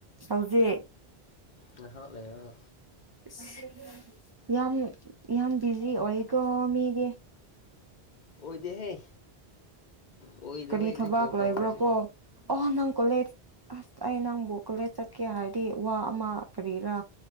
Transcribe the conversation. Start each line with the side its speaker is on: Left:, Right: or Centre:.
Right: ꯍꯧꯖꯤꯛ
Left: ꯉꯍꯥꯛ ꯂꯩꯔꯒ
Right: ꯏꯁ ꯌꯥꯝ ꯌꯥꯝ ꯕꯤꯖꯤ ꯑꯣꯏꯌꯦꯀꯣ ꯃꯤꯗꯤ
Left: ꯑꯣꯏꯗꯦꯍꯦ ꯑꯣꯏꯗꯕꯩꯅꯦ
Right: ꯀꯔꯤ ꯊꯕꯛ
Left: ꯀꯣꯜ
Right: ꯂꯩꯕ꯭ꯔꯥꯥꯀꯣ
Left: ꯇꯧꯔꯤꯁꯦ
Right: ꯑꯣ ꯅꯪ ꯀꯣꯂꯦꯖ ꯑꯁ ꯑꯩ ꯅꯪꯕꯨ ꯀꯣꯂꯦꯖ ꯆꯠꯀꯦ ꯍꯥꯏꯔꯗꯤ ꯋꯥ ꯑꯃ ꯀꯔꯤꯔꯥ